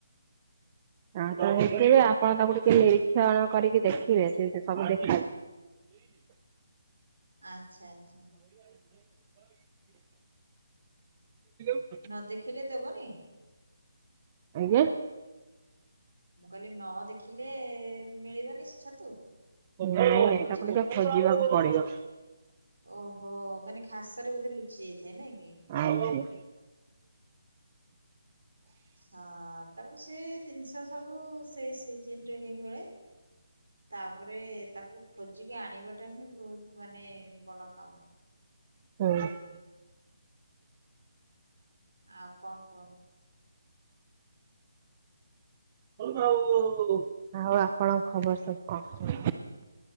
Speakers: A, on the right (about 30°); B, on the right (about 75°).
A: ହଁ ତ ହେଇଥିବେ ଆପଣ ତାକୁ ଟିକେ ନିରୀକ୍ଷଣ କରିକି ଦେଖିବେ ସେ ସବୁ ଦେଖେ
B: ଆଚ୍ଛା ଆଚ୍ଛା
A: <unintelligible> <unintelligible>
B: ନଦେଖିଲେ ଦବନି।
A: <unintelligible>
B: ମୁଁ କହିଲି ନ ଦେଖିଲେ ମିଳିବନି ସେ ଛତୁ?
A: ନାଇଁ
B: ନ
A: ନାଇଁ
B: ଖୋଜିଲେ?
A: ତାକୁ ଟିକେ ଖୋଜିବାକୁ ପଡିବ।
B: ଓହୋ ମାନେ ଘାସରେ ବୋଧେ ଲୁଚି ଯାଇଥାଏ ନାଇ କି?
A: <unintelligible>
B: ହଁ ତାପରେ ସେ ଜିନିଷ ସବୁ ସେ ସିଜିନ ରେ ହିଁ ମିଳେ। ତାପରେ ତାକୁ ଖୋଜିକି ଆଣିବାଟା ହିଁ ବୋହୁତ ମାନେ ବଡ଼ କାମ।
A: <inaudible>
B: ଆଉ କଣ କୁହନ୍ତୁ?
A: ଆଉ ଆପଣଙ୍କର ଖବର ସବୁ କଣ?